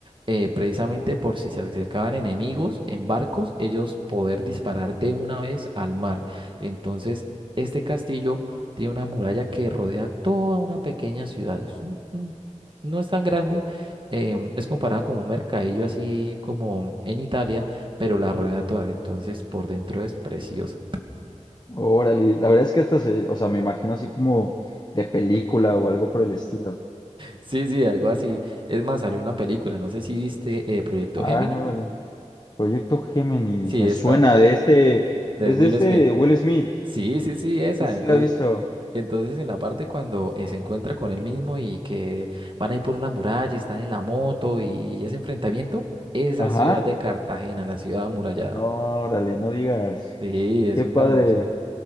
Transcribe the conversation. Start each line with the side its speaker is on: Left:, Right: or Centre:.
Right: eh, precisamente por si se acercaban enemigos en barcos, ellos poder disparar de una vez al mar. Entonces, este castillo tiene una muralla que rodea toda una pequeña ciudad. Es un- un- no es tan grande, em, es comparado con un mercadillo así como en Italia, pero la rodea toda. Entonces, por dentro es preciosa.
Left: Órale, la verdad es que esta se, o sea, me imagino así como de película o algo por el estilo.
Right: Sí, sí, algo así. Es más, salió una película, no sé si viste eh, Proyecto
Left: Ah,
Right: Gemini.
Left: órale. Proyecto Géminis,
Right: Sí,
Left: me
Right: esta
Left: suena de este,
Right: de
Left: es
Right: Will
Left: de este
Right: Smith.
Left: Will Smith.
Right: Sí, sí, sí, esa.
Left: Sí, sí
Right: Entonces,
Left: lo he visto.
Right: entonces en la parte cuando eh, se encuentra con él mismo y que van a ir por una muralla, están en la moto y ese enfrentamiento, esa
Left: Ajá.
Right: ciudad de Cartagena, la ciudad amurallada.
Left: Órale, no digas.
Right: Sí, es
Left: Qué
Right: una
Left: padre.
Right: hermosura.